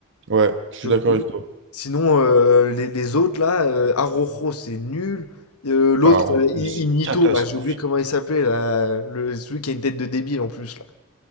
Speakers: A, on the right; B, on the left.
A: Ouais, je suis
B: je
A: d'accord
B: trouve.
A: avec toi.
B: Sinon, euh, les, les autres, là, euh, Araujo, c'est nul. Euh, l'autre,
A: Alors,
B: euh, I-
A: mais c'est
B: Ignito,
A: catastrophique.
B: là, j'ai oublié comment il s'appelait, là, le, celui qui a une tête de débile en plus, là.